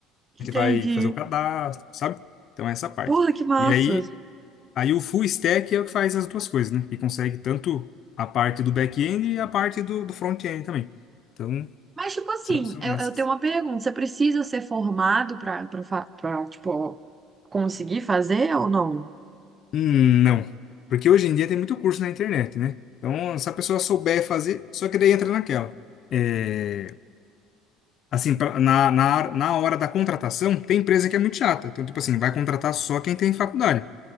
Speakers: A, on the right (about 25°); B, on the left (about 50°).
A: Entendi.
B: que vai fazer o cadastro, sabe? Então é essa parte.
A: Porra, que massa.
B: E aí Aí o full stack é o que faz as duas coisas, né? Que consegue tanto a parte do back-end e a parte do, do front-end também. Então,
A: Mas, tipo assim,
B: são, são
A: eu,
B: essas.
A: eu tenho uma pergunta, você precisa ser formado pra, pra, fa- pra, tipo, conseguir fazer ou não?
B: Hum, não. Porque hoje em dia tem muito curso na internet, né? Então, se a pessoa souber fazer, só que daí entra naquela. É, assim, pra- na, na, na hora da contratação, tem empresa que é muito chata. Então, tipo assim, vai contratar só quem tem faculdade.